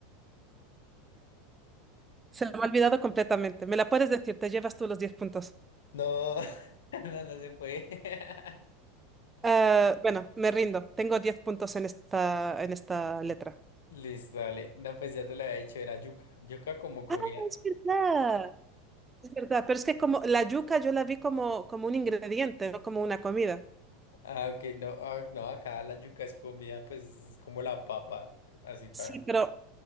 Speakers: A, on the right; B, on the left.
A: se me ha olvidado completamente. Me la puedes decir, te llevas tú los 10 puntos.
B: No, <laughs> no, no se puede. <laughs>
A: Ah, bueno, me rindo. Tengo 10 puntos en esta, en esta letra.
B: Listo, dale. No, pues ya te lo había dicho, era yuca. Yuca como comida.
A: Ah, es verdad. Es verdad, pero es que como la yuca yo la vi como, como un ingrediente, no como una comida.
B: Ah, ok, no, ah, no, acá la yuca es comida, pues es como la papa, así para.
A: Sí, pero,